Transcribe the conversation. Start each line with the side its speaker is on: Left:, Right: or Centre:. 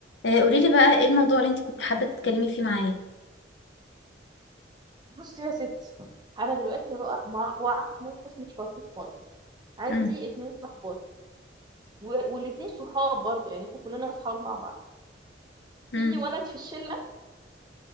Left: آه، قوليلي بقى ايه الموضوع اللي انت كنت حابة تتكلمي فيه معايا
Right: بصي يا ستي انا دلوقتي وقع- مع- واقعه في موقف مش لطيف خالص عندي
Left: امم
Right: اتنين صحبات و- والاتنين صحاب برضو يعني احنا كلنا صحاب مع بعض
Left: امم
Right: في ولد في الشله